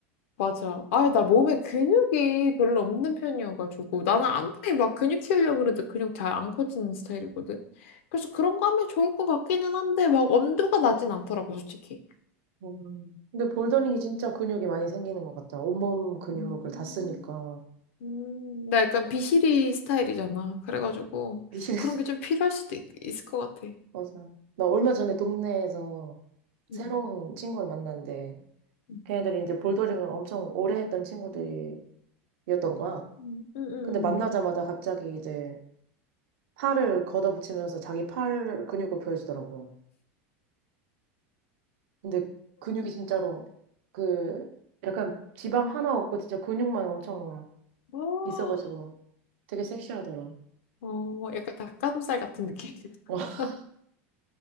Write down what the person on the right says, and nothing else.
음. 근데 볼더링이 진짜 근육이 많이 생기는 것 같아. 온몸 근육을
다 쓰니까.
미실했어
<laughs>
맞아. 나 얼마 전에 동네에서 새로운
친구를 만났는데,
걔네들이 이제 볼더링을 엄청 오래 했던 친구들이었던 거야.
근데 만나자마자 갑자기 이제 팔을 걷어붙이면서 자기 팔 근육을 보여주더라고. 근데 근육이 진짜로 그 약간 지방 하나 없고 진짜 근육만 엄청
있어가지고 되게 섹시하더라.
<laughs>